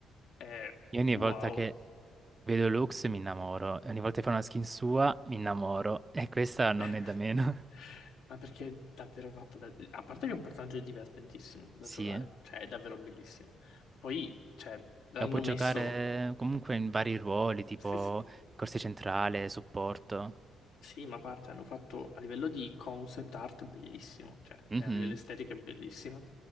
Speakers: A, on the left; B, on the right.
A: È
B: Io ogni
A: wow.
B: volta che vedo Lux mi innamoro, e ogni volta che fa una skin sua mi innamoro, e questa non
A: <laughs>
B: è da meno. <laughs>
A: Ma perché è davvero fatta da... A parte che è un personaggio divertentissimo da
B: Sì,
A: giocare,
B: eh.
A: cioè è davvero bellissimo. Poi, cioè, l'hanno
B: la puoi
A: messo...
B: giocare comunque in vari ruoli, tipo
A: Sì, sì.
B: corsia centrale, supporto.
A: Sì, ma a parte hanno fatto a livello di concept art bellissimo, cioè
B: Mhm.
A: e a livello estetico è bellissima,